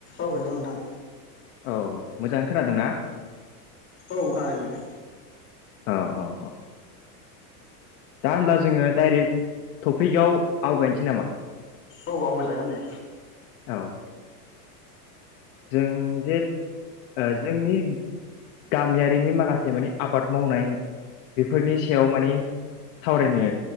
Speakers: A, on the left; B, on the left.
A: औ हेल नोंथां
B: औ मोजां खोनादों ना
A: औ खानादों दे
B: औ औ औ दा होमब्ला जोङो डाइरेक्ट टपिकआव आवगायनोसै नामा
A: औ आवगाय जागोन दे
B: औ जों जे जोंनि गामियारिनि माखासे माने आबाद मावनाय बेफोरनि सायाव माने सावरायनो